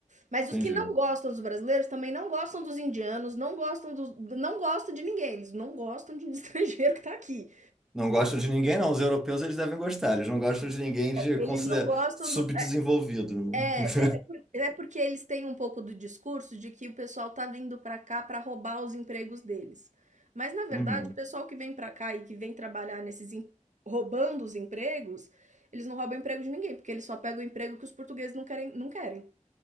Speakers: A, on the right; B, in the centre.
A: Mas
B: entendi.
A: os que não gostam dos brasileiros também não gostam dos indianos, não gostam dos não gosta de ninguém, eles não gostam de um <laughs> estrangeiro que tá aqui.
B: Não gostam de ninguém, não. Os europeus eles devem gostar. Eles não gostam de ninguém de
A: Eles
B: considerar
A: não gostam
B: subdesenvolvido.
A: do é é
B: <laughs>
A: é por é porque eles têm um pouco do discurso de que o pessoal tá vindo pra cá pra roubar os empregos deles. Mas na verdade
B: Uhum,
A: o pessoal que vem pra cá e que vem trabalhar nesses em roubando os empregos, eles não roubam emprego de ninguém, porque eles só pegam o emprego que os portugueses não querem não querem.